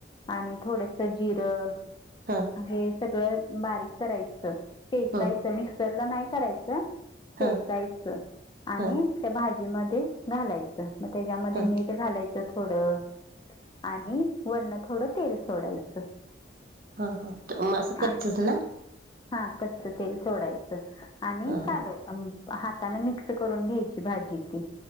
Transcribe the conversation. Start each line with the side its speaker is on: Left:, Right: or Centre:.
Left: आणि थोडस जिरं.
Right: त.
Left: हे सगळं बारीक करायचं चेचायचं
Right: हां
Left: मिक्सरला नाही करायचं.
Right: हां
Left: चेचायचं, आणि
Right: हां
Left: त्या भाजीमध्ये घालायचं. म त्याच्यामध्ये
Right: हां
Left: मीठ घालायचं थोडं, आणि वरण थोडं तेल सोडायचं.
Right: हा हा म असं
Left: आ-
Right: कच्चच ना?
Left: हा कच्च तेल सोडायचं आणि
Right: हा हा
Left: काल आम हातानं मिक्स करून घ्यायची भाजी ती.